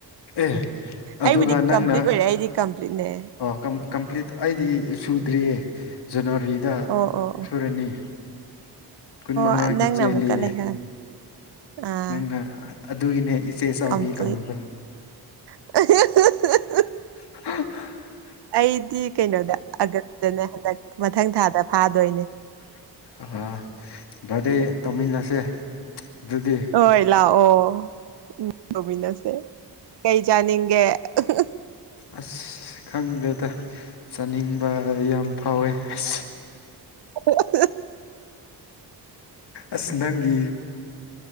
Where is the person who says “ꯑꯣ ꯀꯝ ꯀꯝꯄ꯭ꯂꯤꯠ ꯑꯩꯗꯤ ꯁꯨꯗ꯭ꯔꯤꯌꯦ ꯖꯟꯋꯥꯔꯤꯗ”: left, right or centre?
Left